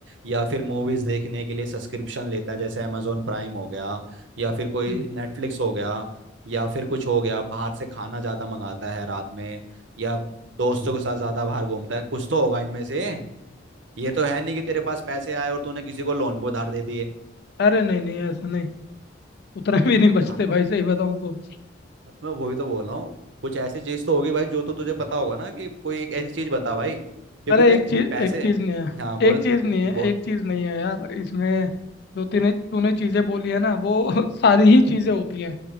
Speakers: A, on the right (about 65°); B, on the left (about 55°).
A: या फिर मूवीज देखने के लिए सब्सक्रिप्शन लेता है जैसे amazon प्राइम हो गया या फिर कोई
B: हम्म,
A: नेटफ्लिक्स हो गया या फिर कुछ हो गया बाहर से खाना ज्यादा मंगाता है रात में या दोस्तों के साथ ज्यादा बाहर घूमता है कुछ तो होगा इनमें से ये तो है नहीं कि तेरे पास पैसे आए और तूने किसी को लोन पे उधार दे दिए
B: अरे नहीं नहीं ऐसा नहीं उतने भी नहीं बचते
A: हाँ,
B: भाई सही बताऊँ तो
A: हाँ, तो मैं वही तो बोल रहा हूँ कुछ ऐसी चीज तो होगी भाई जो तो तुझे पता होगा ना कि कोई एक ऐसी चीज बता भाई क्योंकि
B: अरे
A: देख
B: एक चीज
A: पैसे
B: एक चीज नहीं है
A: हाँ बोल
B: एक चीज नहीं है
A: बोल
B: एक चीज नहीं है यार इसमें जो तूने तूने चीजें बोली है ना वो <laughs> सारी ही चीजें होती हैं